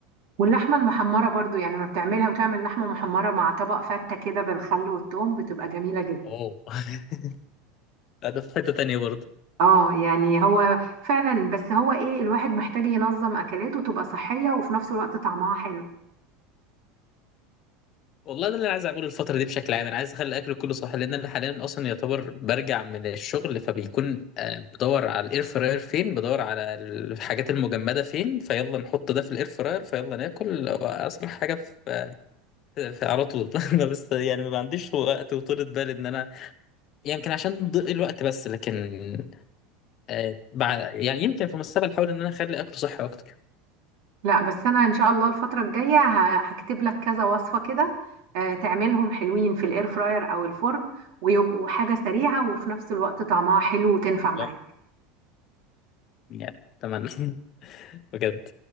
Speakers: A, on the right (about 65°); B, on the left (about 40°).
A: واللحمة المحمرة برضو يعني ما بتعملها وتعمل لحمة محمرة مع طبق فتة كده بالخل والثوم بتبقى جميلة جدا
B: اه <laughs> ده في حتة تانية برضو
A: اه يعني هو فعلا بس هو ايه الواحد محتاج ينظم أكلاته تبقى صحية وفي نفس الوقت طعمها حلو
B: والله ده اللي انا عايز اعمله الفتره دي بشكل عام انا عايز اخلي اكل كله صح لان انا حاليا اصلا يعتبر برجع من الشغل فبيكون آه، بدور على الاير فراير فين بدور على الحاجات المجمده فين فيلا نحط ده في الاير فراير فيلا ناكل هو اسرع حاجه في, في في- على طول <laughs> أنا بس يعني ما عنديش وقت وطولة بال ان انا يمكن عشان ضيق الوقت بس لكن آه، بع- يعني يمكن في المستقبل احاول ان انا اخلي اكل صحي اكتر
A: لا بس انا ان شاء الله الفتره الجايه ه- هكتب لك كذا وصفه كده آه، تعملهم حلوين في الاير فراير او الفرن ويبقوا حاجه سريعه وفي نفس الوقت طعمها حلو وتنفع معاك
B: والله يعني اتمنى <laughs> بجد